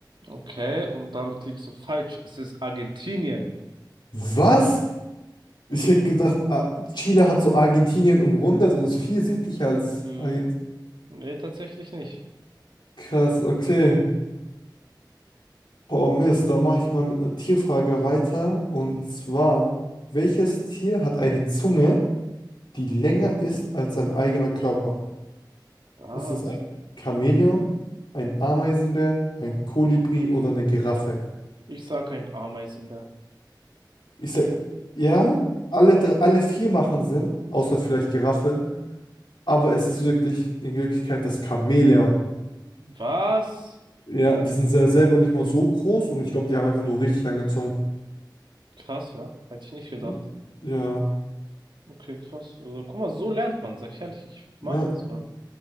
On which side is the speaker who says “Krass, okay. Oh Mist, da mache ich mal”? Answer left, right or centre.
Left